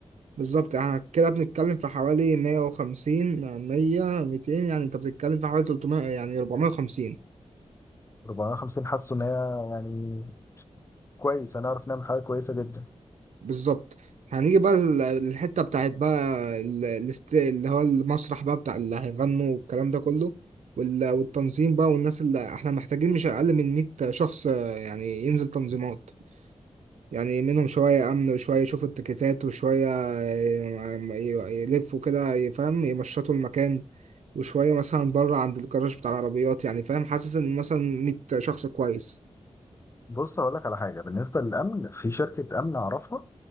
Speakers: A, on the right; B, on the left.
A: بالظبط يعني كده بنتكلم في حوالي 150 100 200 يعني انت بتتكلم في حوالي 300 يعني 450
B: 450 حاسه ان هي يعني كويس هنعرف نعمل حاجه كويسه جدا
A: بالظبط هنيجي بقى لل- للحتة بتاعت بقى ال- الاست- اللي هو المسرح بقى بتاع اللي هيغنوا والكلام ده كله وال- والتنظيم بقى والناس اللي احنا محتاجين مش أقل من 100 شخص آه، يعني ينزل تنظيمات يعني منهم شوية أمن وشوية يشوفوا التيكيتات وشوية ي- ي- يلفوا كده يفهم يمشطوا المكان وشوية مثلا بره عند الجراج بتاع العربيات يعني فاهم حاسس إن مثلا 100 شخص كويس
B: بص هقول لك على حاجه بالنسبه للامن في شركه امن اعرفها